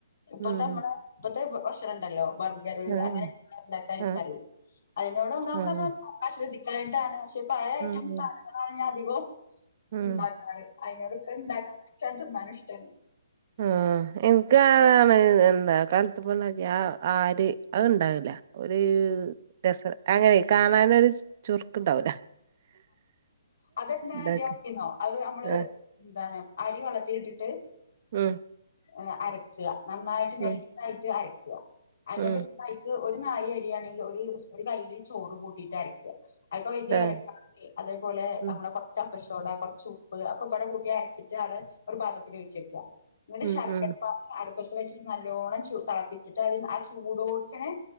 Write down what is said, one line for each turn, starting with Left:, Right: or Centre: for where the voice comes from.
Left: ഇപ്പത്തെ
Right: ഉം
Left: നമ്മുടെയിപ്പത്തെ ഭക്ഷണുണ്ടല്ലോ ബർഗറ്
Right: ആഹ്
Left: അങ്ങനെയുണ്ടാക്കാനെ നിക്കറിയും
Right: ആഹ്
Left: അയിനോട് ഒന്നാമത്
Right: ആഹ്
Left: നമ്മള് അശ്രദ്ധിറക്കായിട്ടാണ് പക്ഷെ പഴയ ഐറ്റം
Right: ഉം
Left: സാധനങ്ങളാണ്
Right: ഉം
Left: ഞാ അധികവും
Right: ഉം
Left: ഇണ്ടാക്കാറ് അയിനോടൊക്കെ ഇണ്ടാക്കാനും ഇഷ്ട്ടാ തിന്നാനും ഇഷ്ട്ടാണ്
Right: ഉം എൻക്ക് അതാണ് എന്താ കൽ <unintelligible> ഞാ ആര് അതുണ്ടാവില്ല ഒരൂ രസ അങ്ങനെ കാണാനൊരു ചുറുക്കുണ്ടാവൂല
Left: അതന്നെ
Right: ഇണ്ടാക്കി
Left: ജോപ്പിംങ്ങോ അത് അമ്മള്
Right: ആഹ്
Left: എന്താണ് അരിവെളളത്തിലിട്ടിട്ട്
Right: ഉം
Left: അ അരക്കുക നന്നായിട്ട് നൈസായിട്ട്
Right: ഉം
Left: അരക്കുക അന്നിട്ട്
Right: ഉം
Left: ഒരു നാഴിയരിയാണെങ്കി ഒരു ഒരു കയ്യില് ചോറു കൂട്ടിയിട്ടരക്ക അയിക്കൊരിക്ക
Right: ആഹ്
Left: ഏലക്ക അതേപോലെ
Right: ഉം
Left: നമ്മളകൊർച്ച് അപ്പ സോഡാ കൊർച്ചുപ്പ് ഒക്കപ്പാട കൂട്ടിയരച്ചിട്ടാണ് ഒരു പാത്രത്തിലൊഴിച്ചു വെക്ക എന്നിട്ട്
Right: ഉം
Left: ശർക്കരപ്പ
Right: ഉം
Left: അടുപ്പത്ത് വെച്ചിട്ട് നല്ലോണം ചൂ തെളപ്പിച്ചിട്ട് അതിൽ ആ ചൂടോടുതന്നെ